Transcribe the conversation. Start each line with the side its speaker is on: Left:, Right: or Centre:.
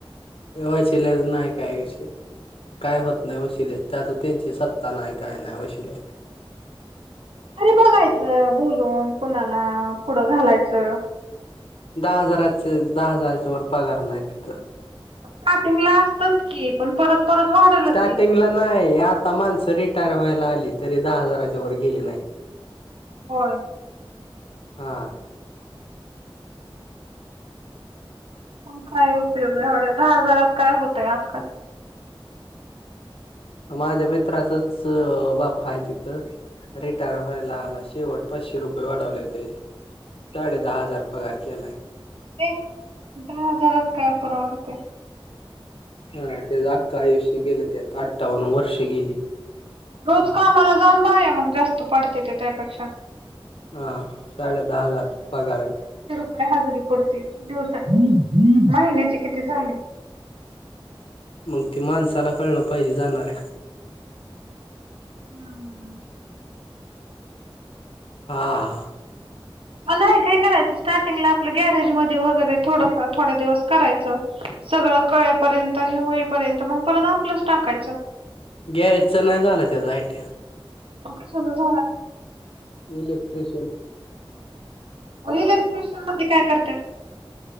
Left: यचे लज नाही कायचे काय होत नाही वशिले त्यात त्यांची सत्ता नाही काय नाही वशिले
Right: अरे बघायचं बोलून कुणाला पुढं घालायचं
Left: दहा हजाराचे दहा हजाराच्या वर पगार नाही तिथं
Right: स्टार्टिंग ला असतच की पण परत परत वाढलच
Left: स्टार्टिंगला
Right: की.
Left: नाही आता माणसं रिटायर व्हायला आली तरी दहा हजाराच्या वर गेली नाही
Right: हो
Left: हां
Right: मग काय उपयोग एवढ दहा हजारात काय होतय आजकाल
Left: माझ्या मित्राचच बापपा आहे तिथं रेटायर व्हायला हला शेवट पाचशे रुपये वाढवले ते साडे दहा हजार पगार केलाय
Right: दे दहा हजारात काय परण आवडते
Left: हा तेच आख्खं आयुष्य गेलं त्यात अठवन्न वर्ष गेली
Right: रोज कामाला जाऊन बाया मग जास्त पडते ते त्यापेक्षा
Left: हा साडे दहा हजार पगार आहे
Right: आप हजरी पडते दिवसाची महिन्याचे किती झाले
Left: मग ते माणसाला कळलं पाहिजे जाणार आहे
Right: हम्म
Left: हां
Right: मग नाही काही करायचं स्टार्टिंगला आपलं गॅरेज ममध्ये वगैरे थोडं थोडा दिवस करायचं सगळं कळेपर्यंत हे होईपर्यंत मग परत आपलंच टाकायचं
Left: गॅरेजच नाही झालं त्याचा आयटी
Right: लोक स झाला
Left: इलेक्ट्रिशियन
Right: इलेक्ट्रिशियन मध्ये काय करतात.